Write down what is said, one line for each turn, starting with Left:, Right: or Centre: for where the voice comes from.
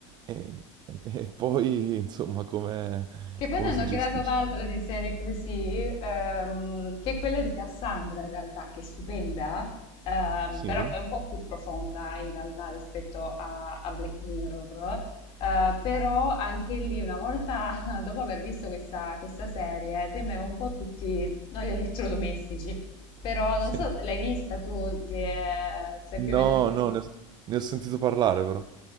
Right: e, e poi insomma come,
Left: Che poi
Right: come
Left: ne hanno
Right: si
Left: creata
Right: gestisce?
Left: un'altra di serie così, ehm, che è quella di Cassandra in realtà, che è stupenda, ehm,
Right: Sì.
Left: però è un po' più profonda in realtà rispetto a, a Black Mirror. Eh, però anche lì, una volta <laughs> dopo aver visto questa, questa serie, temevo un po' tutti, non gli elettrodomestici, però non
Right: Sì.
Left: so, l'hai vista tu? Ti è- sai più o
Right: No,
Left: meno di che
Right: no,
Left: cosa?
Right: ne ho, ne ho sentito parlare però.